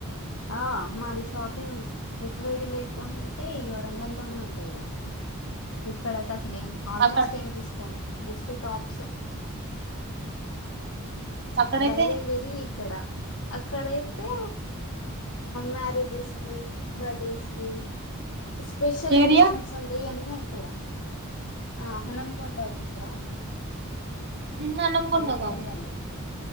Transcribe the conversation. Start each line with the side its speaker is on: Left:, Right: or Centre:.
Left: ఆ మాది షాపింగ్ హెచ్వైడి లేకుంటే ఈ వరంగ లోనే ఉంటది ఇక ఇక్కడ అసలు ఏం ఆల్మోస్ట్
Right: అక్కడ
Left: ఏం తీసుకోం జస్ట్ టాప్ చె
Right: అక్కడైతే
Left: డైలి వెరీ ఇక్కడ అక్కడైతే మ్యారేజెస్ కి బర్త్డేస్ కి స్పెషల్
Right: ఏరియా
Left: ఒకేషన్స్ ఉండే ఇవన్నీ అక్కడ ఆ హానమ్కండ ఉంద
Right: నిన్న అన్నం కొండ
Left: అంటారు
Right: కాదు
Left: వాళ్ళు